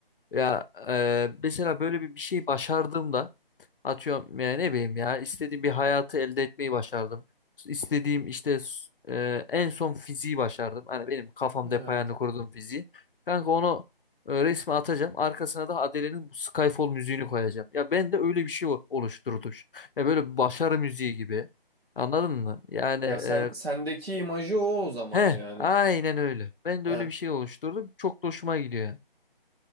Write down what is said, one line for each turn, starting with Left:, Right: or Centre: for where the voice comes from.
Left: Ya e, mesela böyle bir, bir şey başardığımda atıyorum ya ne bileyim ya istediğim bir hayatı elde etmeyi başardım. İstediğim işte e, en son fiziği başardım. Hani benim kafamda
Right: Evet.
Left: hep hayalini kurduğum fiziği. Kanka onu e, resmi atacağım. Arkasına da Adele'nin bu Skyfall müziğini koyacağım. Ya ben de öyle bir şey o- oluşturdum. Ya böyle bir başarı müziği gibi. Anladın mı? Yani e,
Right: Ya sen sendeki imajı o o zaman
Left: he
Right: yani.
Left: aynen öyle. Ben de
Right: Ha,
Left: öyle bir şey oluşturdum. Çok da hoşuma gidiyor.